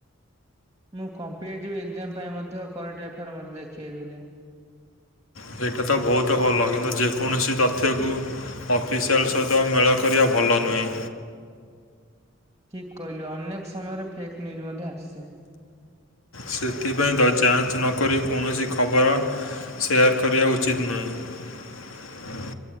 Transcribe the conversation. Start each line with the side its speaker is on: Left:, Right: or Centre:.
Right: ମୁଁ କମ୍ପିଟେଟିଭ୍ ଏକ୍ଜାମ ପାଇଁ ମଧ୍ୟ କରେଣ୍ଟ ଏଫେୟାର୍ ମତେ ଦେଖେଇଥିଲେ।
Left: ସେଇଟା ତ ବହୁତ ଭଲ କିନ୍ତୁ ଯେକୌଣସି ତଥ୍ୟକୁ ଅଫିସିଆଲ ସହିତ <unintelligible> କରିବା ଭଲ ନୁହେଁ।
Right: ଠିକ୍ କହିଲେ ଅନେକ ସମୟରେ ଫେକ୍ ନ୍ୟୁଜ୍ ମଧ୍ୟ ଆସେ।
Left: ସେଥିପାଇଁ ତ ଯାଞ୍ଚ ନ କରି କୌଣସି ଖବର ସେୟାର କରିବା ଉଚିତ ନୁହେଁ।